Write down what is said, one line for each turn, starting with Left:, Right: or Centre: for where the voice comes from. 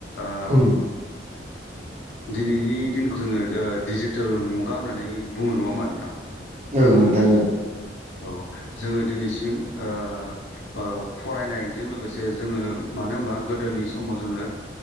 Left: ओ
Right: ओं
Left: दिनैनि दिनखौ जोङो ओ डिजिटेल मुगा होननानै बुङो नङा होमबा नोंथां
Right: ओं नोंथां ओं
Left: औ जोङो दिनैसिम ओ ओ फरायनायजों लोगोसे जोङो मानो होमबा गोदोनि समाव जोङो